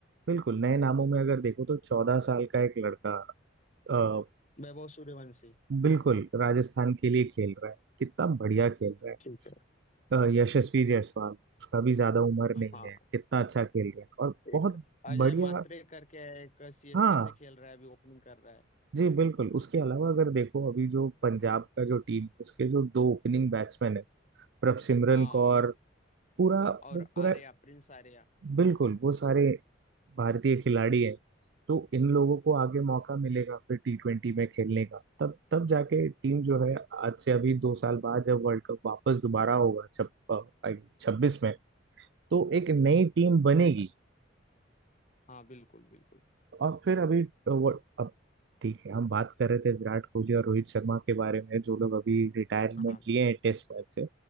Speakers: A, on the right; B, on the left.
A: बिल्कुल नए नामों में अगर देखो तो चौदह साल का एक लड़का अ,
B: वैभव सूर्यवंशी
A: बिल्कुल राजस्थान के लिए खेल रहा है कितना बढ़िया खेल रहा
B: ठीक है
A: है अ, यशस्वी जायसवाल उसका भी ज्यादा उम्र
B: हाँ
A: नहीं है कितना अच्छा खेल रहा है और बहुत
B: एक अजय
A: बढ़िया
B: मात्रे करके है, एक सीएसके
A: हाँ
B: से खेल रहा है अभी ओपनिंग कर रहा है
A: जी बिल्कुल उसके अलावा अगर देखो अभी जो पंजाब का जो टीम उसके जो दो ओपनिंग बैट्समैन है प्रभसिमरन
B: हाँ
A: कौर
B: वो
A: पूरा
B: और
A: वो पूरा
B: आर्या प्रिंस आर्या
A: बिल्कुल वो सारे भारतीय खिलाड़ी हैं तो इन लोगों को आगे मौका मिलेगा फिर टी ट्वेंटी में खेलने का तब तब जाके टीम जो है आज से अभी दो साल बाद जब वर्ल्ड कप वापस दोबारा होगा छप छब्बीस में तो एक
B: सत,
A: नई टीम बनेगी
B: सत, हाँ बिल्कुल बिल्कुल
A: और फिर अभी वो अब ठीक है हम बात कर रहे थे विराट कोहली और रोहित शर्मा के बारे में जो लोग अभी रिटायरमेंट
B: हाँ
A: लिए हैं टेस्ट मैच से